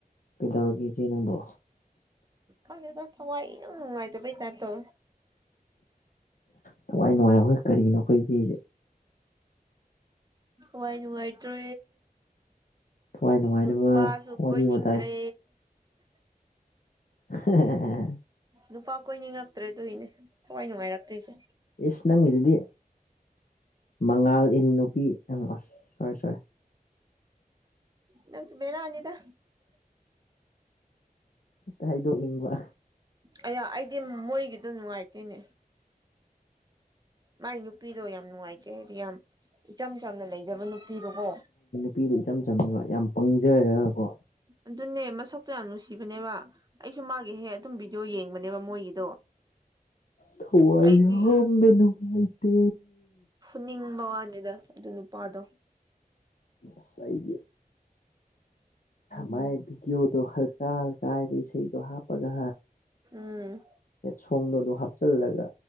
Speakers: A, on the left (about 65°); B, on the right (about 25°).
A: ꯇꯧꯔꯒ ꯏꯆꯦ ꯅꯪꯕꯣ
B: ꯈꯗ ꯊꯧꯋꯥꯏꯅꯨꯡ ꯍꯥꯏꯥꯏꯩ ꯇꯔꯗ
A: ꯊꯋꯥꯏ ꯅꯨꯡꯉꯥꯏ ꯑꯩꯈꯣꯏ ꯀꯔꯤꯅꯣ ꯑꯩꯈꯣꯏꯒꯤꯁꯦ
B: ꯍꯣꯏ ꯅꯨꯡꯉꯥꯏꯇꯦ
A: ꯊꯋꯥꯏ ꯅꯨꯡꯉꯥꯏꯅꯕ
B: ꯅꯨꯄꯥꯁꯨ
A: ꯋꯥꯔꯤ
B: ꯀꯣꯏꯅꯤꯡꯗ꯭ꯔꯦ
A: ꯋꯥꯇꯥꯏ <inaudible>
B: ꯅꯨꯄꯥ ꯀꯣꯏꯅꯤ ꯉꯛꯇ꯭ꯔꯦ ꯇꯣꯏꯅꯦ ꯊꯋꯥꯏ ꯅꯨꯡꯉꯥꯏꯔꯛꯇ꯭ꯔꯤꯁꯦ
A: ꯏꯁ ꯅꯪꯒꯤꯗꯨꯗꯤ ꯃꯉꯥꯜ ꯏꯟ ꯅꯨꯄꯤ ꯑꯁ ꯁꯔ ꯁꯔ
B: ꯅꯁꯨ ꯃꯦꯅ ꯑꯅꯤꯗ
A: ꯍꯥꯏꯗꯣꯛꯅꯤꯡꯕ
B: ꯑ ꯑꯩꯗꯤ ꯃꯣꯏꯒꯤꯗꯣ ꯅꯨꯡꯉꯥꯏꯇꯣꯏꯅꯦ ꯃꯥꯒꯤ ꯅꯨꯄꯤꯗꯣ ꯌꯥꯝ ꯅꯨꯡꯉꯥꯏꯖꯦ ꯍꯥꯏꯗꯤ ꯌꯥꯝ ꯏꯆꯝ ꯆꯝꯅ ꯂꯩꯖꯕ ꯅꯨꯄꯤꯗꯨꯣꯀꯣ
A: ꯄꯤꯗꯨꯣ ꯏꯆꯝ ꯆꯝꯃꯒ ꯌꯥꯝ ꯄꯪꯖꯔꯒꯀꯣ
B: ꯑꯗꯨꯅꯦ ꯃꯁꯣꯛꯛꯇ ꯌꯥꯝ ꯅꯨꯡꯁꯤꯕꯅꯦꯕ ꯑꯩꯁꯨ ꯃꯥꯒꯤ ꯍꯦꯛ ꯑꯗꯨꯝ ꯚꯗꯤꯑꯣ ꯌꯦꯡꯕꯅꯦꯕ ꯃꯣꯏꯒꯤꯗꯤ
A: ꯊ
B: ꯑꯩꯗꯤ
A: ꯌꯥꯝ ꯂꯅꯅꯨꯡꯉꯥꯏꯇꯦ
B: ꯍꯨꯅꯤꯡꯕ ꯋꯥꯅꯤꯗ ꯑꯗꯨ ꯅꯨꯄꯥꯗꯣ
A: ꯑꯥꯏꯗꯤ ꯃꯥꯏ ꯚꯤꯗꯤꯑꯣꯗꯣ ꯍꯜꯀꯥ ꯍꯜꯀꯥꯕ ꯏꯁꯩꯗꯣ ꯍꯥꯞꯄꯒ
B: ꯎꯝ
A: ꯁꯣꯡꯗꯣ ꯑꯗꯨꯣ ꯍꯥꯞꯆꯜꯂꯒ